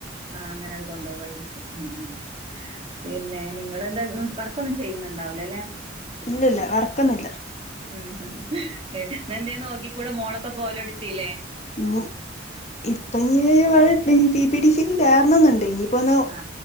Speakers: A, on the right; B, on the left.
A: ആഹ് അങ്ങനെ കൊണ്ടുവായിരിക്കും ഉം ഉം. പിന്നെ നിങ്ങെൾന്താ വർക്കൊന്നും ചെയ്യുന്നുണ്ടാവില്ലല്ലേ?
B: ഇല്ല ഇല്ല വർക്കൊന്നില്ല.
A: ഉം ന്ന ന്തേന്ന് നോക്കി കൂടെ മോളൊക്കെ പോലൊടുത്തില്ലേ?
B: ഉം ഇപ്പ നി ഇവിടെ P P C D C ക്ക് കേറണംന്നുണ്ടിഞ്ഞി ഇപ്പൊന്ന്
A: ആ